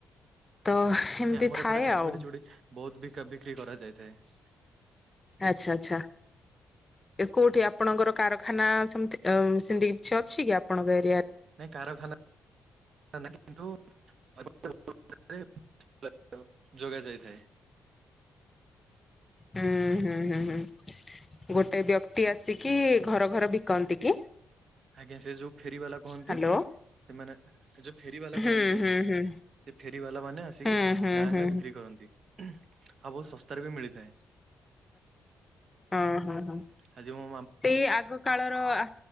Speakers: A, on the left; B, on the right.
A: ତ ଏମିତି
B: ଆମର
A: ଥାଏ
B: ଏପଟେ କାଶ୍ମରୀ
A: ଆଉ
B: ଚୁଡି ବହୁତ ବ ବିକ୍ରି କରାଯାଏ। ଯାଇଥାଏ।
A: ଆଚ୍ଛା ଆଚ୍ଛା କୋଉଠି ଆପଣଙ୍କର କାରଖାନା ସେମିତି ଅଁ ସେମିତି କିଛି ଅଛି କି ଆପଣଙ୍କ ଏ
B: ନାଇଁ କାରଖାନା ନାଇଁ କିନ୍ତୁ <unintelligible> ଯୋଗ ଯାଇଥାଏ।
A: ହୁଁ ହୁଁ ହୁଁ ହୁଁ ଗୋଟେ ବ୍ୟକ୍ତି ଆସିକି ଘର ଘର ବିକନ୍ତି କି?
B: ଆଜ୍ଞା ସେ ଯୋଉ ଫେର ବାଲା କୁହନ୍ତି
A: ହ୍ୟାଲୋ
B: ସେମାନେ ଯୋଉ ଫେରୀ ବାଲା
A: ହୁଁ
B: କୁହନ୍ତି
A: ହୁଁ ହୁଁ
B: ସେ ଫେରୀ ବାଲା ମାନେ ଆସିକି
A: ହୁଁ ହୁଁ
B: ଗାଁ
A: ହୁଁ
B: ଗାଁ ବିକ୍ରି କରନ୍ତି। ଆଉ ବହୁତ ଶସ୍ତାରେ ବି ମିଳିଥାଏ।
A: ହଁ ହଁ ହଁ
B: ଆଜି ମୋ
A: ସେଇ ଆଗ କାଳର ଆ